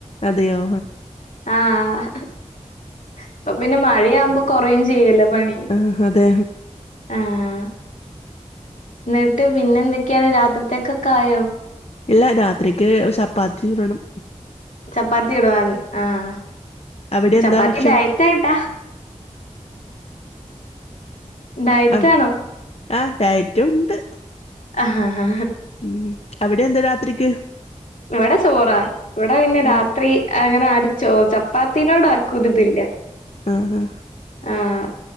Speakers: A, on the left; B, on the left.
A: അതിയോ
B: ആഹ് ഇപ്പൊ പിന്നെ മഴയാവുമ്പോ കൊറയും ചെയ്യല്ലോ പണി
A: ആഹ് അതെ
B: ആഹ് എന്നിട്ട് പിന്നെന്തൊക്കെയാണ് രാത്രിത്തേക്കൊക്കായോ
A: ഇല്ല രാത്രിക്ക് ചപ്പാത്തി ചുടണം
B: ചപ്പാത്തി ചുടണോനി ആഹ്
A: അവിടെ
B: ചപ്പാത്തി
A: എന്താ ഭക്ഷണം
B: ഡയറ്റായിട്ടാ ഡയറ്റ്
A: ആഹ്
B: ആണോ
A: ആഹ് ഡയറ്റും ഉണ്ട്
B: ആഹാ ഹാ
A: ഉം അവിടെ എന്താ രാത്രിക്ക്
B: ഇവിടെ ചോറാ ഇവിടെ പിന്നെ
A: ആഹ്
B: രാത്രി അങ്ങനെ ആര് ചോ ചപ്പാത്തിനോട് ആർക്കും ഒരിതില്ല
A: ആഹ് ആഹ്
B: ആഹ്